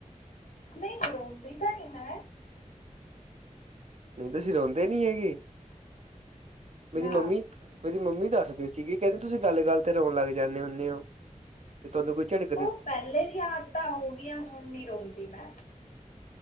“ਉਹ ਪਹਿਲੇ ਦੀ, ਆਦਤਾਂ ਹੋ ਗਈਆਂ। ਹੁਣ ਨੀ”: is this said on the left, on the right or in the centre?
Left